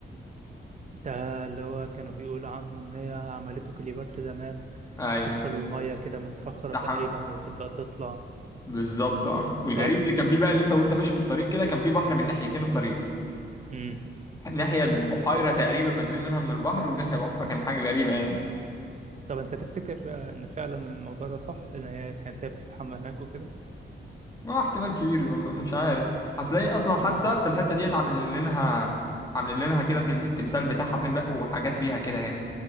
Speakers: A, on the right; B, on the left.
A: ده اللي هو كانوا بيقولوا عنه ان هي عملته كليوباترا زمان
B: ايوه
A: تدخل المية كده من صخرة
B: استحم
A: تقريبا وتبدأ تطلع
B: بالظبط اه والغريب
A: صح؟
B: اللي كان فيه بقى اللي انت وانت ماشي في الطريق كده كان في بحر من ناحيتين الطريق
A: امم
B: ناحيه بحيره تقريبا مدين منها من البحر وناحيه بحر فكان حاجه غريبه يعني
A: طب انت تفتكر آه، ان فعلا الموضوع ده صح ان هي كانت هي بتستحمى هناك وكده؟
B: اه احتمال كبير والله مش عارف هتلاقي اصلا حتى
A: امم
B: في الحته ديت عاملين لها عاملين لها كده تم- التمثال بتاعها اتنين بقى وحاجات ليها كده يعني.